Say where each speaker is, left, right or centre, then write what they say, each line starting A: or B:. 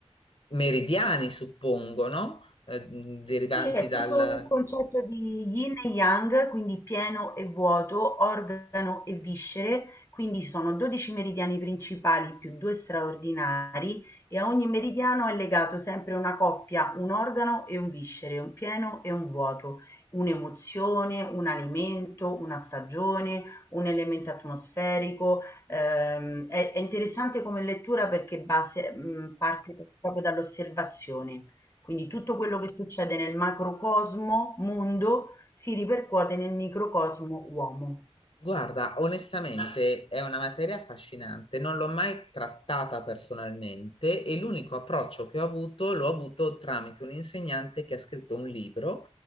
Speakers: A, on the left; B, on the left.
A: meridiani, suppongo, no? Eh, mh, derivanti
B: Sì, è
A: dal...
B: tutto un concetto di yin e yang, quindi pieno e vuoto, organo e viscere, quindi ci sono 12 meridiani principali più due straordinari e a ogni meridiano è legato sempre una coppia, un organo e un viscere, un pieno e un vuoto, un'emozione, un alimento, una stagione, un elemento atmosferico. Ehm, è, è interessante come lettura perché base- mh, parte proprio dall'osservazione. Quindi tutto quello che succede nel macrocosmo mondo si ripercuote nel microcosmo uomo.
A: Guarda, onestamente è una materia affascinante, non l'ho mai trattata personalmente e l'unico approccio che ho avuto l'ho avuto tramite un insegnante che ha scritto un libro